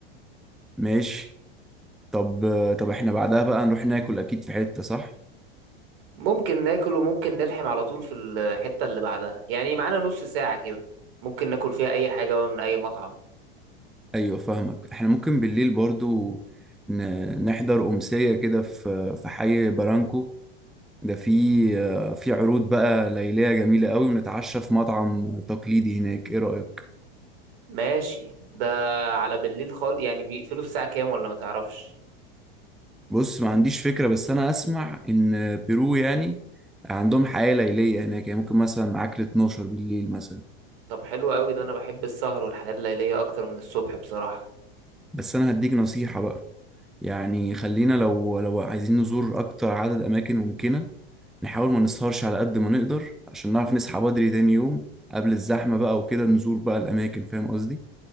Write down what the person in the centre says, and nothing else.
ماشي طب آه، طب احنا بعدها بقى نروح ناكل أكيد في حتة صح؟
أيوة فاهمك احنا ممكن بالليل برضو ن- نحضر أمسية كده في في حي برانكو ده في آه، في عروض بقى ليلية جميلة قوي ونتعشى في مطعم تقليدي هناك ايه رأيك
بص ما عنديش فكرة بس انا اسمع ان بيرو يعني عندهم حياة ليلية هناك يعني ممكن مثلا معاك ل 12 بالليل مثلا
بس انا هديك نصيحة بقى يعني خلينا لو لو عايزين نزور اكتر عدد اماكن ممكنة نحاول ما نسهرش على قد ما نقدر عشان نعرف نصحى بدري تاني يوم قبل الزحمة بقى وكده نزور بقى الاماكن فاهم قصدي